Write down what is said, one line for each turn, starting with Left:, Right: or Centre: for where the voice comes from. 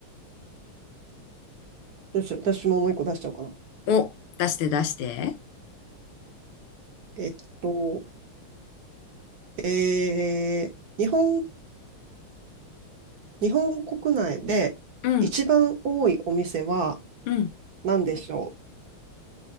Right: <laughs> どうしよう私ももう一個出しちゃおうかな。
Left: お、出して出して。
Right: えっと、えー、日本、日本国内で一番多いお店は
Left: うん、うん。
Right: 何でしょ